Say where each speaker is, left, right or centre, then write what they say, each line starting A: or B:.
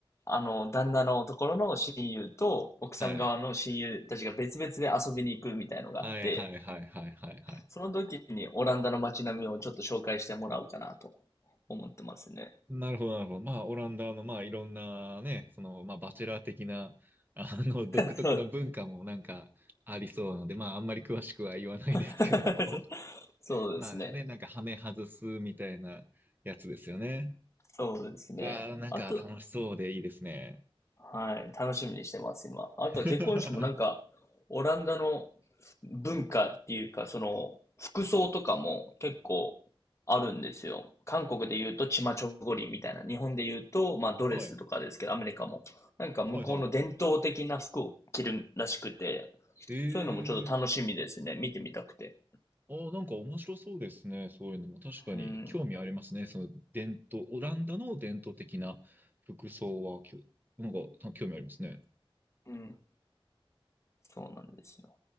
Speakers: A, on the left; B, on the right.
A: あの、旦那のところの親友と、奥さん側の親友たちが別々で遊びに行くみたいのがあって、
B: はいはいはいはいはいはいはい。
A: その時にオランダの街並みをちょっと紹介してもらおうかなと思ってますね。
B: なるほど、なるほど。まあ、オランダの、まあ、いろんなね、その、まあ、バチェラー的な、あの、<laughs> 独特の文化もなんかありそうなので、
A: そう。
B: まあ、あんまり詳しくは言わないですけども。
A: <laughs>
B: <laughs>
A: そうですね。
B: まあね、なんか、ハメ外すみたいなやつですよね。
A: そうですね。
B: いやー、なんか楽しそうでいいですね。
A: あと、はい、楽しみにしてます、今。あとは結婚式もなんか、
B: <laughs>
A: オランダの文化っていうか、その、服装とかも結構あるんですよ。韓国で言うとチマチョゴリみたいな、日本で言うと、まあドレスとかですけど、
B: はい。
A: アメリカも。なんか向こうの伝統的な服を着るらしくて、
B: はいはいはい。ええー
A: そういうのもちょっと楽しみですね。見てみたくて。
B: あーなんか面白そうですね。そういうのも確かに興味ありますね。
A: うん、
B: その伝統、オランダの伝統的な服装はきょ、なんかた興味ありますね。
A: うん、そうなんですよ。